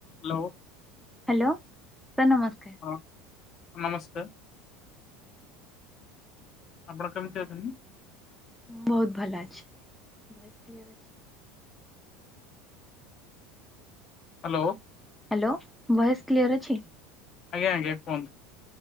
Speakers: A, on the left; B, in the centre.
A: Hello.
B: Hello, sir ନମସ୍କାର।
A: ହଁ ନମସ୍କାର। ଆପଣ କେମତି ଅଛନି?
B: ମୁଁ ବହୁତ ଭଲ ଅଛି। ଭଏସ୍ କ୍ଲିୟର ଅଛି।
A: ହ୍ୟାଲୋ।
B: ହ୍ୟାଲୋ, ଭଏସ୍ କ୍ଲିଅର ଅଛି?
A: ଆଜ୍ଞା, ଆଜ୍ଞା କୁହନ୍ତୁ?